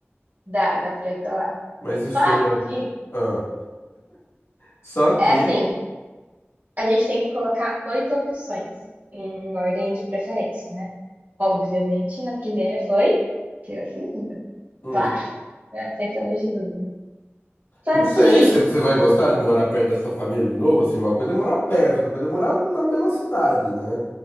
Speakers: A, on the right; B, on the left.
A: dá, dá pra ir pra lá.
B: Mas isso
A: Só
B: seria...
A: que,
B: Ah. Só que...
A: é assim, a gente tem que colocar oito opções em ordem de preferência, né? Obviamente, a primeira foi Pirassununga.
B: hum,
A: Claro, né? Sem sombra de dúvida. Só
B: Não sei
A: que
B: se você vai gostar de morar perto da sua família de novo, assim, uma coisa é morar perto, outra coisa é morar na mesma cidade, né?